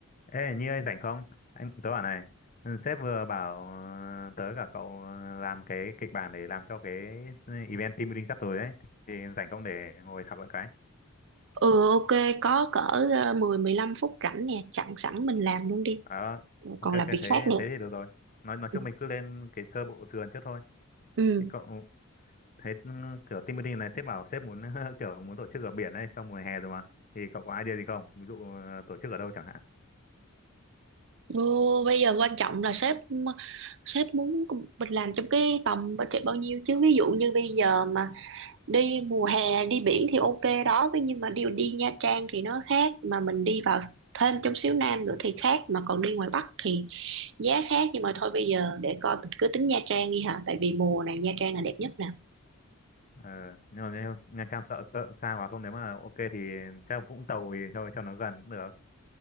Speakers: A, on the left; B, on the right.
A: Ê Nhi ơi rảnh không? Anh tớ bảo này, ừ, sếp vừa bảo ờ, tớ cả cậu ờ, làm cái kịch bản để làm cho cái ừ, event team building sắp tới ấy Thì rảnh không để ngồi thảo luận cái.
B: Ừ ok có cỡ ờ, 10 15 phút rảnh nè chặn sẵn mình làm luôn đi
A: Ờ ok
B: còn
A: ok
B: làm
A: thế
B: việc khác nữa
A: thế thì được rồi. Nói nói
B: ừ.
A: chung mình cứ lên cái sơ bộ sườn trước thôi.
B: Ừ.
A: Thế cậu thế ừ, kiểu team building này sếp bảo sếp muốn <laughs> kiểu muốn tổ chức ở biển đấy trong mùa hè rồi mà. Thì cậu có idea gì không? Ví dụ ờ, tổ chức ở đâu chẳng hạn.
B: Vô, bây giờ quan trọng là sếp sếp muốn mình làm trong cái tầm budget bao nhiêu chứ ví dụ như bây giờ mà đi mùa hè đi biển thì ok đó thế nhưng mà đi đi Nha Trang thì nó khác mà mình đi vào thêm trong xíu Nam nữa thì khác mà còn đi ngoài Bắc thì giá khác nhưng mà thôi bây giờ để coi mình cứ tính Nha Trang đi hả tại vì mùa này Nha Trang là đẹp nhất nè.
A: Ờ, nhưng mà Nha Nha Trang sợ sợ xa quá không nếu mà ok thì chắc Vũng Tàu thì cho cho nó gần cũng được.